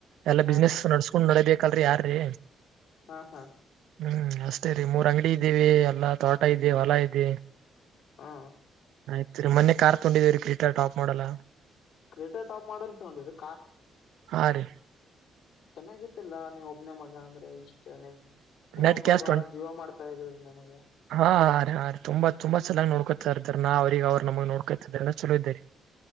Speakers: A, on the right (about 85°); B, on the left (about 80°).
A: ಎಲ್ಲ
B: ಹಾ
A: ಬಿಸ್ನೆಸ್
B: ಹಾ
A: ನಡ್ಸ್ಕೊಂಡ್ ನಡ್ಯಬೇಕ ಕಲ್ರಿ ಯಾರೀ.
B: ಹಾ ಹಾ
A: ಹ್ಮ್ ಅಷ್ಟೇ ರೀ ಮೂರ್ ಅಂಗಡಿ ಇದೀವಿ ಎಲ್ಲಾ ತೋಟ ಇದೆ ಹೊಲ ಇದೆ.
B: ಹಾ
A: ಆಯ್ತ್ ರೀ ಮನ್ನೆ ಕಾರ್ ತೊಂಡಿದೇವ್ರಿ Creta top model.
B: Creta top model ತಗೊಂಡಿರಿ
A: ಹಾ ರಿ
B: ಚೆನ್ನಾಗಿತ್ತಲ್ಲ ನೀ ಒಬ್ನೇ ಮಗ ಅಂದ್ರೆ ಇಷ್ಟ. ಅಷ್ಟೇ ನಿಮ್ ನಿಮ್ಮ್
A: ನೆಟ್
B: ಪಪ್ಪೋರ್
A: ಕ್ಯಾಶ್
B: ಬಾಳ
A: ಟ್ವೆಂಟಿ
B: ಜೀವ ಮಾಡ್ತಾ ಇದ್ರು ನಮಗ.
A: ಹಾ ಹಾ ರೀ ತುಂಬಾ ತುಂಬಾ ಚೆನ್ನಾಗ್ ನೋಡ್ಕೋತಾ ಇರ್ತಾರ ನಾ ಅವ್ರಿಗ ಅವ್ರ ನಮಗ್ ನೋಡ್ಕೋತ ಇದ್ರೆಲ್ಲ ಚಲೋ ಇದ್ದರಿ.